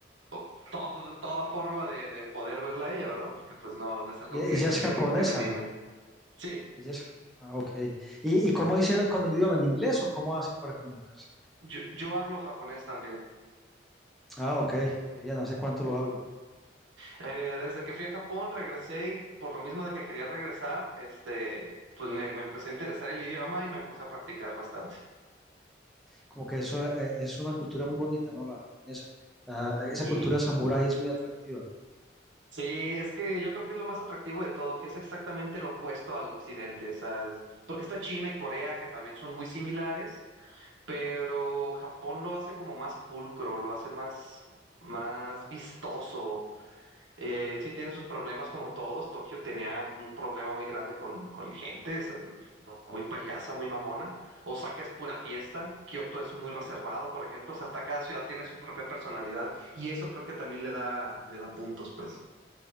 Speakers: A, on the right; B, in the centre.
A: o todo, toda forma de, de poder verla a ella, ¿verdad? Porque pues no, no es algo
B: y- ella
A: que,
B: es
A: que
B: japonesa.
A: me, que me anime.
B: ok.
A: Sí,
B: Ella es- Ah, ok. ¿Y, y cómo hicieron con el idioma? ¿En inglés o cómo hacen para comunicarse?
A: yo, yo hablo japonés también.
B: Ah, ok, qué bien, ¿hace cuánto lo hablan?
A: Eh, desde que fui a Japón regresé y por lo mismo de que quería regresar, este, pues me, me empecé a interesar el idioma y me puse a practicar bastante.
B: Como que eso eh, es una cultura muy bonita, ¿no? La japonesa. La-
A: Y
B: esa cultura samurái es muy atractiva.
A: sí, es que yo creo que es lo más atractivo de todo, que es exactamente lo opuesto al occidente, ¿sabes? Porque está China y Corea, que también son muy similares pero Japón lo hace como más pulcro, lo hace más, más vistoso. Eh, sí tienen sus problemas como todos. Tokio tenía un problema muy grande con, con gente, es, eh, muy payasa, muy mamona. Osaka es pura fiesta, Kioto es muy reservado, por ejemplo. O sea, hasta cada ciudad tiene su propia personalidad y eso creo que también le da, le da puntos, pues.